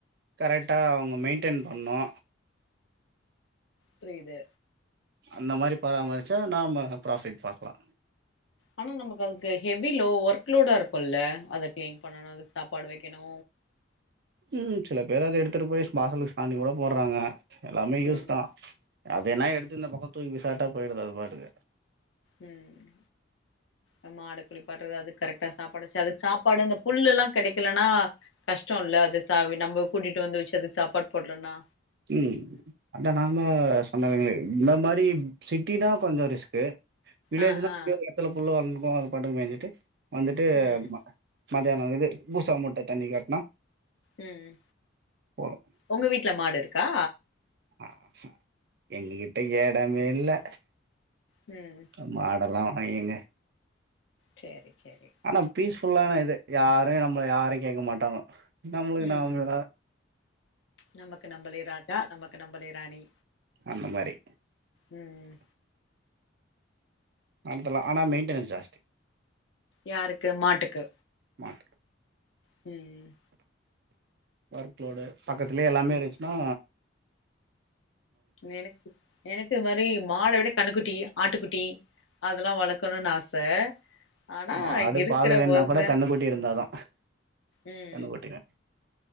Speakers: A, on the right; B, on the left.
A: கரெக்டா அவ்ங்க மெயின்டென் பண்ணு
B: புரிது
A: அந்த மாரி பராமரிச்சா நாம ப்ராஃபிட் பாக்கலா
B: ஆனா நமக்கு அதுக்கு ஹெவி லோ ஒர்க் லோடாருக்குல்ல அத கிளீன் பண்ணணு அதுக்கு சாப்பாடு வைக்கணு
A: ம் சில பேரு அத எடுத்துட்டு போய் வாசலுக் சாணிகூட போடுறாங்க எல்லாமே யூஸ்தா
B: ம்
A: அது என்ன எடுத்து இந்த பக்கொ தூக்கி விசாட்டா போயிடுது அது பாட்டுக்கு
B: ம் அ மாடக்குளிப்பாட்றது அதுக் கரெக்டா சாப்பாடு வச்சு அதுக் சாப்பாடு அந்த புல்லுல்லா கெடைக்கலன்னா கஷ்டோல்ல அது சாவி நம்ப கூட்டிட்டு வந்து வச்சு அதுக்கு சாப்பாடு போட்லனா
A: ம் அதா நாங்க சொன்னதுங்களே இந்த மாரி சிட்டினா கொஞ்சொ ரிஸ்க்கு வில்லேஜ்னா
B: ஆ ஆ
A: எங்யோ எடத்துல புல்லு வளந்துக்கு அது பாட்டுக்கு மேஞ்சிட்டு வந்துட்டு
B: ம்
A: மத்தியானொ இது பூசா மூட்ட தண்ணீ காட்னா
B: ம் ம்
A: போது
B: ஒங்க வீட்ல மாடுருக்கா
A: ம் ம் எங்ககிட்ட எடமேல்ல
B: ம்
A: அந் மாடெல்லா வாங்கினு
B: சேரி சேரி
A: ஆனா பீஸ்ஃபுல்லான இது யாரையு நம்ம யாரையு கேக்க மாட்டாங்க நம்மளுக்கு
B: ம்
A: நாமேதா
B: நமக்கு நம்பளே ராஜா நமக்கு நம்பளே ராணி
A: அந்த மாரி
B: ம்
A: ஆரம்பத்துல ஆனா மெயின்டெனன்ஸ் ஜாஸ்தி
B: யாருக்கு மாட்டுக்கு
A: மாட்டு
B: ம்
A: ஒர்க் லோடு பக்கத்துல்லயே எல்லாமே
B: ம்
A: இருந்ச்சுன்னா
B: எனக் எனக்கு இது மாரி மாட விட கண்ணுக்குட்டி ஆட்டுக்குட்டி அதெல்லா வளக்கணுனு ஆச ஆனா
A: மாடு
B: இருக்குற
A: பால் வேணுனா
B: ஒர்க்குல
A: கூட கன்னுக்குட்டி இருந்தாதா
B: ம்
A: கன்னுக்குட்டி வேணும்.